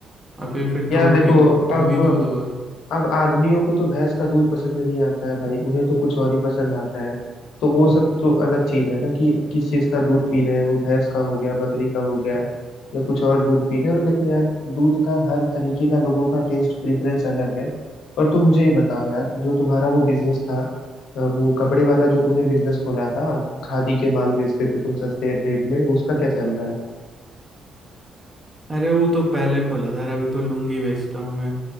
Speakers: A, on the right; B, on the left.
A: और फिर फिर दूध
B: यार देखो
A: की दू, दूध
B: अब
A: ही दूध होगा
B: अब आदमियों को तो भैंस का दूध पसंद नहीं आता है भाई उन्हें तो कुछ और ही पसंद आता है तो वो सब तो अलग चीज है ना कि किस चीज का दूध पी रहे हैं वो भैंस का हो गया बकरी का हो गया या कुछ और दूध पी रहे हैं तो देखो यार दूध का हर तरीके का लोगों का टेस्ट प्रेफरेंस अलग है और तुम मुझे ये बताओ यार जो तुम्हारा वो बिजनेस था अ, वो कपड़े वाला जो तुमने बिजनेस खोला था खादी के माल बेचते थे तुम सस्ते रेट में उसका क्या चल रहा है
A: अरे वो तो पहले खोला था यार, अभी तो लुंगी बेचता हूँ मैं